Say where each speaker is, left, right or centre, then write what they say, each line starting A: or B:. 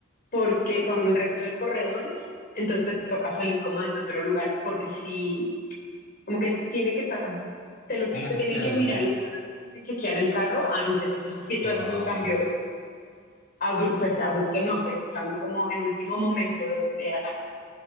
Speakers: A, on the left; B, on the left.
A: porque con el resto de corredores, entonces te toca salir como desde otro lugar, porque si, como que tiene que estar, te, lo,
B: Balanceado.
A: te tienen que mirar el carro, te tienen que chequear el carro antes, entonces si
B: Ah,
A: tú haces un cambio
B: Ok,
A: como, abru pues abrupto no, pero un cambio como en último momento de, de a-